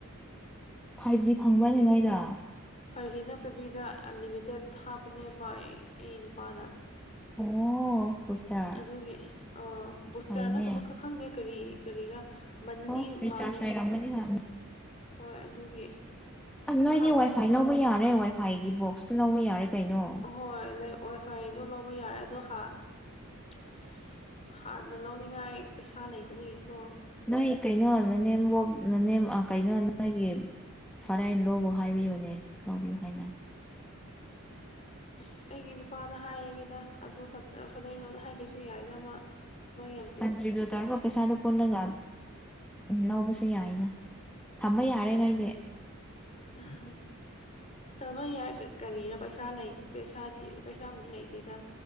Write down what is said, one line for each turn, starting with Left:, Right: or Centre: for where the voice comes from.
Centre: ꯐꯥꯏꯚ ꯖꯤ ꯐꯪꯕ꯭ꯔꯥꯅꯦ
Left: ꯑꯗꯨꯒꯤ
Centre: ꯅꯣꯏꯗꯣ
Left: ꯐꯥꯏꯚ ꯖꯤ ꯅꯠꯇꯕꯤꯗ ꯑꯟꯂꯤꯃꯤꯇꯦꯠ ꯍꯥꯞꯄꯅꯦ ꯕꯥꯏ ꯑꯩ ꯅꯨꯄꯥꯅ
Centre: ꯑꯣ ꯕꯨꯁꯇꯔ
Left: ꯑꯗꯨꯒꯤ ꯑ ꯕꯨꯁꯇꯔ
Centre: ꯐꯩꯅꯦ
Left: ꯅꯠꯇꯕ ꯈ ꯈꯪꯗꯦ ꯀꯔꯤ ꯀꯔꯤꯔꯥ ꯃꯟꯂꯤ
Centre: ꯑꯣ ꯔꯤꯆꯥꯔꯖ
Left: ꯃꯥꯜꯂꯦ
Centre: ꯂꯩꯔꯝꯒꯅꯤ ꯍꯣꯏ
Left: ꯍꯣꯏ ꯑꯗꯨꯒꯤ
Centre: ꯑꯁ ꯅꯣꯏꯗꯤ
Left: ꯍꯥꯞꯄꯅꯦꯕ
Centre: ꯋꯥꯏ ꯐꯥꯏ ꯂꯧꯕ ꯌꯥꯔꯦ ꯋꯥꯏ ꯐꯥꯏꯒꯤ ꯕꯣꯛꯁꯇꯨ ꯂꯧꯕ ꯌꯥꯔꯦ ꯀꯩꯅꯣ
Left: ꯍꯣꯏ ꯂꯩ ꯋꯥꯏ ꯐꯥꯏꯒꯤꯗꯣ ꯂꯧꯕ ꯌꯥꯔꯦ ꯑꯗꯣ ꯍꯥ ꯑꯁ ꯍꯥꯟꯅ ꯂꯧꯅꯤꯡꯉꯥꯏ ꯄꯩꯁꯥ ꯂꯩꯇꯕꯒꯤꯀꯣ
Centre: ꯅꯣꯏ ꯀꯩꯅꯣ ꯅꯅꯦꯝꯕꯣꯛ ꯅꯅꯦꯝ ꯀꯩꯅꯣ ꯅꯣꯏꯒꯤ ꯐꯥꯗꯔ ꯏꯟ ꯂꯣꯕꯨ ꯍꯥꯏꯕꯤꯌꯨꯅꯦ ꯂꯧꯕꯤꯌꯨ ꯍꯥꯏꯅ
Left: ꯑꯁ ꯑꯩꯒꯤ ꯅꯨꯄꯥꯗ ꯍꯥꯏꯔꯒꯦꯗ ꯑꯗꯨ ꯐꯗ ꯐꯗꯔ ꯏꯟ ꯂꯣꯗ ꯍꯥꯏꯗ꯭ꯔꯁꯨ ꯌꯥꯏꯗ ꯃꯥ ꯊꯕꯛ ꯌꯥꯝ ꯆꯤꯜꯂꯦ
Centre: ꯀꯟꯇ꯭ꯔꯤꯕ꯭ꯌꯨꯠ ꯇꯧꯔꯒ ꯄꯩꯁꯥꯗꯣ ꯄꯨꯜꯂꯒ ꯂꯧꯕꯁꯨ ꯌꯥꯏꯅ ꯊꯝꯕ ꯌꯥꯔꯦꯉꯩꯗꯤ
Left: ꯑꯍ ꯇꯃ ꯌꯥꯏ ꯀꯔꯤꯔ ꯄꯩꯁꯥ ꯂꯩ ꯄꯩꯁꯥꯗꯤ ꯄꯩꯁꯥꯕꯨꯗꯤ ꯂꯩꯇꯦꯗꯥ